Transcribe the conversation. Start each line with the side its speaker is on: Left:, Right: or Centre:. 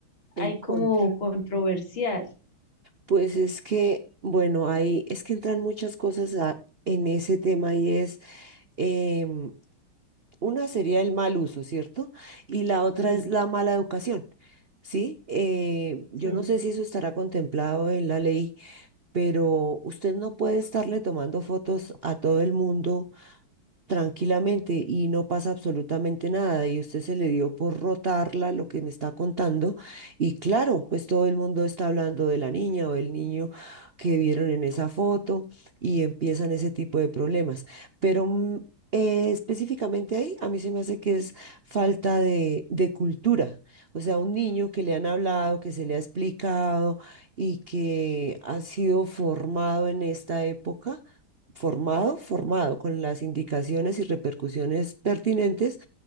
Left: ahí
Right: en
Left: como
Right: contra.
Left: controversial,
Right: Pues es que, bueno, ahí es que entran muchas cosas a- en ese tema y es... em, Una sería el mal uso, ¿cierto? Y la otra
Left: sí,
Right: es la mala educación, ¿sí? Eh, yo
Left: sí.
Right: no sé
Left: Sí.
Right: si eso estará contemplado en la ley, pero usted no puede estarle tomando fotos a todo el mundo tranquilamente y no pasa absolutamente nada. Y usted se le dio por rotarla lo que me está contando. Y claro, pues todo el mundo está hablando de la niña o del niño que vieron en esa foto y empiezan ese tipo de problemas. Pero mm, eh, específicamente ahí, a mí se me hace que es falta de, de cultura. O sea, un niño que le han hablado, que se le ha explicado y que ha sido formado en esta época formado, formado, con las indicaciones y repercusiones pertinentes,